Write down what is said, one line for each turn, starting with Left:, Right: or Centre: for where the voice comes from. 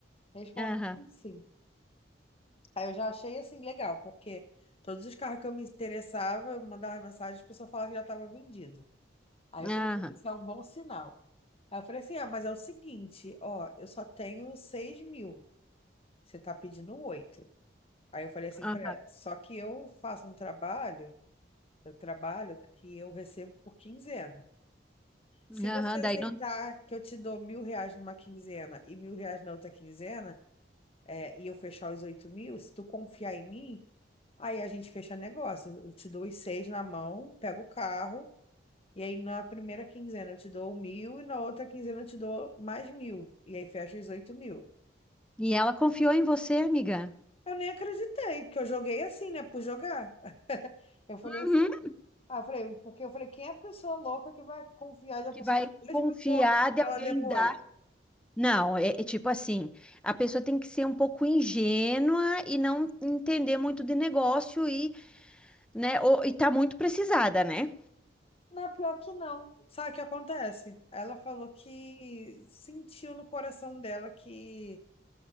Left: Respondeu
Centre: Aham.
Left: que sim. Aí eu já achei assim legal, porque todos os carros que eu me interessava, eu mandava mensagem, a pessoa falava que já estava vendido. Aí
Centre: Aham.
Left: eu falei, "Pô, isso é um bom sinal. Aí eu falei assim: ah, mas é o seguinte, ó, eu só tenho seis mil, você tá pedindo 8. Aí eu falei assim
Centre: Aham.
Left: para ela: só que eu faço um trabalho. Eu trabalho que eu recebo por quinzena. Se
Centre: Aham.
Left: você aceitar
Centre: Daí não...
Left: que eu te dou mil reais numa quinzena e mil reais na outra quinzena, é, e eu fechar os oito mil, se tu confiar em mim, aí a gente fecha negócio. Eu te dou os seis na mão, pego o carro, e aí na primeira quinzena eu te dou mil e na outra quinzena eu te dou mais mil. E aí fecha os oito mil.
Centre: E ela confiou em você, amiga.
Left: Eu nem acreditei, porque eu joguei assim, né? Por jogar. <laughs> Eu falei assim,
Centre: Uhum.
Left: Aí eu falei, porque eu falei, quem é a pessoa louca que vai confiar de uma
Centre: Que
Left: pessoa
Centre: vai
Left: de dois
Centre: confiar
Left: mil contas
Centre: de
Left: pra
Centre: alguém
Left: ela depois?
Centre: dar Não, é, é tipo assim, a pessoa tem que ser um pouco ingênua e não entender muito de negócio e, né, ou, e tá muito precisada, né?
Left: Na pior que não. Sabe o que acontece? Ela falou que sentiu no coração dela que,